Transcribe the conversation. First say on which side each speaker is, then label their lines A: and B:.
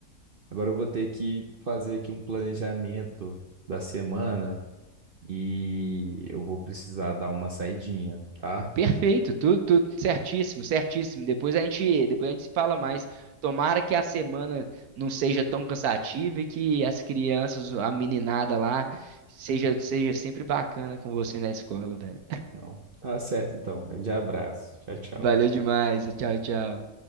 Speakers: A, on the right (about 50°); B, on the right (about 80°).
A: agora eu vou ter que fazer aqui um planejamento da semana e eu vou precisar dar uma saidinha, tá?
B: Perfeito, tudo, tudo certíssimo, certíssimo. Depois a gente, depois a gente se fala mais. Tomara que a semana não seja tão cansativa e que as crianças, a meninada lá, seja, seja sempre bacana com você na escola, velho.
A: Não. Tá certo, então. Grande abraço. Tchau, tchau.
B: Valeu demais. Tchau, tchau.